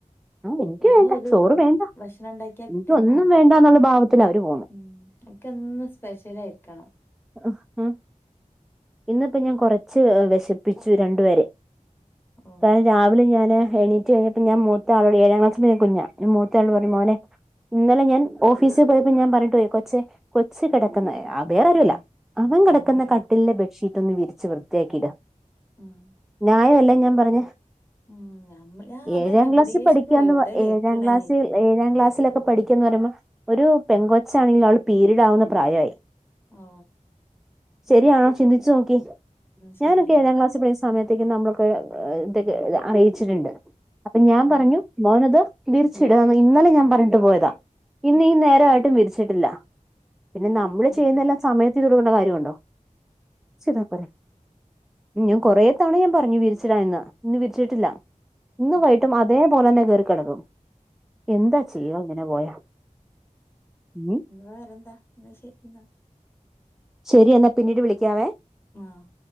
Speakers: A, in the centre; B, on the left.
A: ആഹ് എനിക്ക്
B: ഇന്ന്
A: വേണ്ട
B: ഒരു
A: ചോറ് വേണ്ട
B: ഭക്ഷണം ഉണ്ടാക്കിയാ
A: എനിക്ക്
B: പിറ്റേന്ന്
A: ഒന്നും
B: വാണ്ട
A: വേണ്ട എന്നുള്ള ഭാവത്തിലാ അവര് പോകുന്നെ
B: ഉം ഓൽക്കെന്നും സ്പെഷ്യല് കയ്ക്കണം
A: അഹ് ഹാ ഇന്നിപ്പോ ഞാൻ കൊറച്ച് വെശപ്പിച്ചു രണ്ടുപേരെ
B: ഓ
A: കാരണം രാവിലെ ഞാന് എണീറ്റ് കഴഞ്ഞപ്പോ ഞാൻ മൂത്ത ആളോട് ഏഴാക്ലാസിലെ കുഞ്ഞാ ഞാൻ മൂത്താളോട് പറഞ്ഞു മോനെ ഇന്നലെ ഞാൻ ഓഫീസിൽ പോയപ്പോ ഞാൻ പറഞ്ഞിട്ടു പോയി കൊച്ചേ കൊച്ച് കെടക്കുന്നു വേറാരൊല്ല അവൻ കിടക്കുന്ന
B: ഉം
A: കട്ടിലിലെ ബെഡ് പെട്ടൊന്ന് വിരിച്ച് വൃത്തിയാക്കിടാ
B: ഉം
A: ന്യായമല്ലേ ഞാൻ പറഞ്ഞെ
B: ഉം ഞമ്മള് ആ അതന്നെ
A: ഏഴാം
B: ഉപദേശിക്കുവ
A: ക്ലാസിൽ പഠിക്കാന്ന്
B: എവിടെ കേക്കണേ
A: ഏഴാം ക്ലാസിൽഏഴാം ക്ലാസ് ഒക്കെ പഠിക്കുന്ന് പറയുമ്പോ ഒരു പെങ്കൊച്ച് ആണെങ്കിൽ അവള് പീരീഡ് ആവുന്ന പ്രായമായി
B: ആ
A: ശരിയാ ചിന്തിച്ചു നോക്കേ
B: ശരിയാണ്
A: ഞാനൊക്കെ ഏഴാം ക്ലാസ്സിൽ പഠിക്കുന്ന
B: ഉം
A: സമയത്തേക്കും നമ്മളൊക്കെ ഇതൊക്കെ അറിയിച്ചിട്ടുണ്ട് അപ്പൊ ഞാൻ
B: ഉം
A: പറഞ്ഞു മോനത് വിരിച്ചിട് ഇന്നലെ ഞാൻ പറഞ്ഞിട്ട് പോയതാ ഇന്നീ നേര ആയിട്ടും വിരിച്ചിട്ടില്ല പിന്നെ നമ്മള്
B: ഉം
A: ചെയ്യുന്നതെല്ലാം സമയത്ത്ചെയ്തുടുക്കേണ്ട കാര്യമുണ്ടോ ചെയ്താപോരെ
B: ഉം
A: ഞാൻ കൊറെ തവണ ഞാൻ പറഞ്ഞു വിരിച്ചിടാന്ന് ഇന്ന് വിരിച്ചിട്ടില്ല. ഇന്ന്
B: ഉം
A: വൈകിട്ടും അതേപോലെ തന്നെ കേറിക്കിടക്കും എന്താ ചെയ്യാ ഇങ്ങനെ പോയാ. ഉം
B: വെറെന്താ എന്നാ ശരി എന്നാ.
A: ശരി എന്നാ പിന്നീട് വിളിക്കാവേ.
B: ആഹ്